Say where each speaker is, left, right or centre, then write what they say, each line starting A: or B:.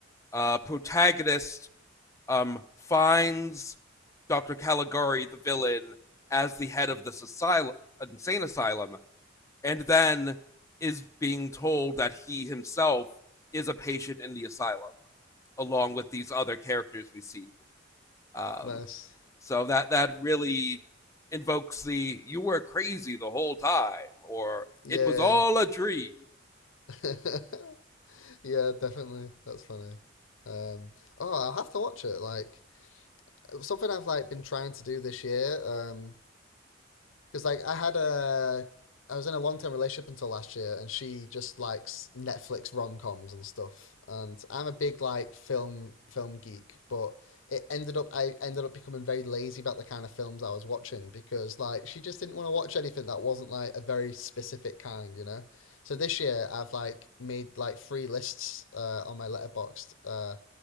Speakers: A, on the left; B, on the left.
A: uh, protagonist um, finds Dr. Caligari, the villain, as the head of this asylum, insane asylum, and then is being told that he himself is a patient in the asylum, along with these other characters we've seen. Um,
B: Nice.
A: so that that really invokes the "you were crazy the whole time" or
B: Yeah.
A: "it was all a dream."
B: <laughs> yeah, definitely. That's funny. Um, oh, I'll have to watch it. Like, something I've like been trying to do this year, um, because like I had a I was in a long term relationship until last year, and she just likes Netflix rom coms and stuff. And I'm a big like film film geek, but it ended up I ended up becoming very lazy about the kind of films I was watching because like she just didn't want to watch anything that wasn't like a very specific kind, you know. So this year I've like made like three lists uh, on my letterboxd. Uh,